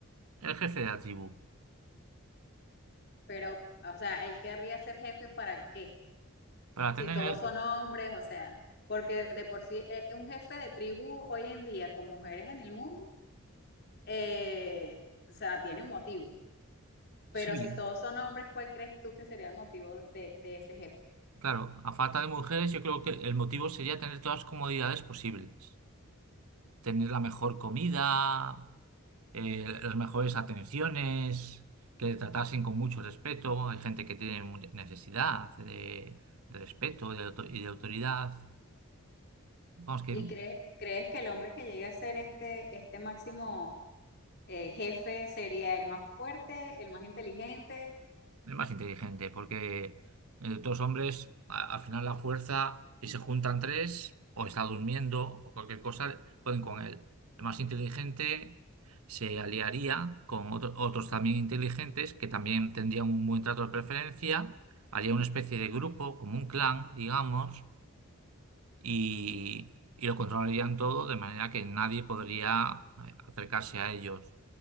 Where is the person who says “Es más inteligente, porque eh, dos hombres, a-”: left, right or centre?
Right